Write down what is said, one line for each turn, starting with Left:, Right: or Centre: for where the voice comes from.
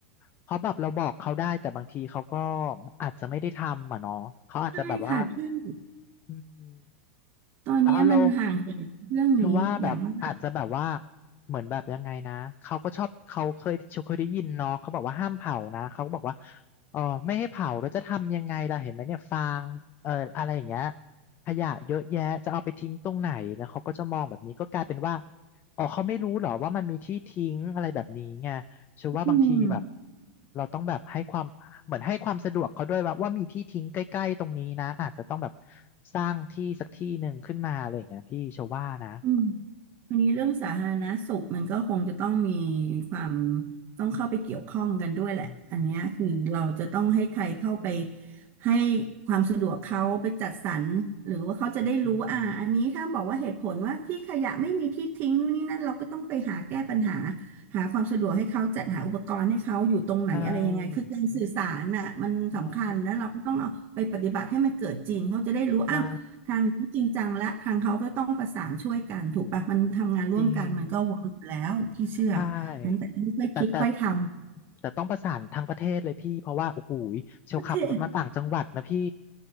Left: เพราะแบบเราบอกเขาได้แต่บางทีเขาก็อาจจะไม่ได้ทำอ่ะเนาะเขาอาจจะแบบว่า
Right: ใช่ค่ะซึ่ง
Left: อืม
Right: ตอนเนี้ยมันห่างเหินเรื่องนี้อย่างมาก
Left: แต่เอาเรา เชื่อว่าแบบอาจจะแบบว่าเหมือนแบบยังไงนะเขาก็ชอบเขาเคยเคยได้ยินเนาะเขาบอกว่าห้ามเผานะเขาก็บอกว่าเออไม่ให้เผาแล้วจะทำยังไงล่ะเห็นไหมเนี่ยฟางเอออะไรอย่างเงี้ยขยะเยอะแยะจะเอาไปทิ้งตรงไหนนะเขาก็จะมองแบบนี้ก็กลายเป็นว่าอ๋อเขาไม่รู้เหรอว่ามันมีที่ทิ้งอะไรแบบนี้ไงเชื่อว่าบางทีแบบ
Right: อืม
Left: เราต้องแบบให้ความเหมือนให้ความสะดวกเขาด้วยว่าว่ามีที่ทิ้งใกล้ๆตรงนี้นะอาจจะต้องแบบสร้างที่สักที่หนึ่งขึ้นมาอะไรอย่างเงี้ยพี่เชื่อว่านะ
Right: อืมทีนี้เรื่องสาธารณสุขมันก็คงจะต้องมีความต้องเข้าไปเกี่ยวข้องกันด้วยแหละอันเนี้ยคือเราจะต้องให้ใครเข้าไป
Left: อืมอ
Right: ให้ความสะดวกเขาไปจัดสรรหรือว่าเขาจะได้รู้อ่าอันนี้ถ้าบอกว่าเหตุผลว่าที่ขยะไม่มีที่ทิ้งนู่นนี่นั่นเราก็ต้องไปหาแก้ปัญหา
Left: ืม
Right: หาความสะดวกให้เขาจัดหาอุปกรณ์ให้เขาอยู่ตรงไหนอะไรยังไงคือการสื่อสารน่ะมันสำคัญแล้วเราก็ต้องเอาไปปฏิบัติให้มันเกิดจริงเขาจะได้รู้อ้าว
Left: ใช่อืมเนาะใช่
Right: ทางนี้จริงจังและทางเขาก็ต้องประสานช่วยกันถูกปะมันทำงานร่วมกันมันก็เวิร์กอยู่แล้วพี่เชื่อ
Left: จริงใช่แต่แต่
Right: นั้นแต่ต้องค่อยคิดค่อยทำ
Left: แต่ต้องประสานทางประเทศเลยพี่เพราะว่าโอ้โหยเชลขับรถมาต่างจังหวัดนะพี่
Right: <laughs> ประเทศ